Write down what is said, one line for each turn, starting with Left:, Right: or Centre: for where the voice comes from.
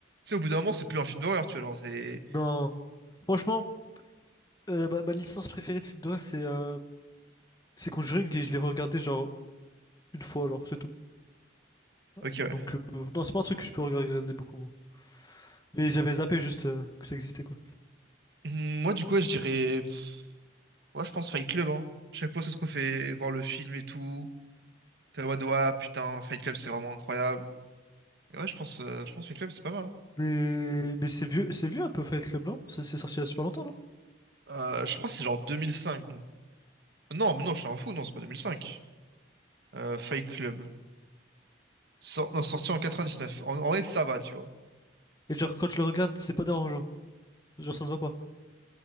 Right: sais, au bout d'un moment, c'est plus un film d'horreur, tu vois, alors c'est,
Left: Non, franchement, euh, ma, ma licence préférée de film d'horreur, c'est euh, c'est Conjuring et je l'ai regardé genre une fois, genre, c'est tout.
Right: ok,
Left: Donc,
Right: ouais.
Left: euh, non, c'est pas un truc que je peux regarder beaucoup. moi. Mais j'avais zappé juste euh, que ça existait, quoi.
Right: Hum, Moi, du coup, ouais, je dirais, pff, ouais, je pense Fight Club, hein. Chaque fois, ça te refait voir le film et tout. T'es en mode, ouais, putain, Fight Club, c'est vraiment incroyable. Et ouais, je pense, euh, je pense Fight Club, c'est pas mal. hein.
Left: Mais, mais c'est vieux, c'est vieux un peu Fight Club, non? Ça c'est sorti il y a super longtemps, non?
Right: Euh, je crois que c'est genre 2005. donc- Non, mais non, je suis un fou, non, c'est pas 2005. Euh, Fight Club. Sor- non, sorti en 99. En, en vrai, ça va, tu vois.
Left: Et genre, quand je le regarde, c'est pas dérangeant. Genre, ça se voit pas.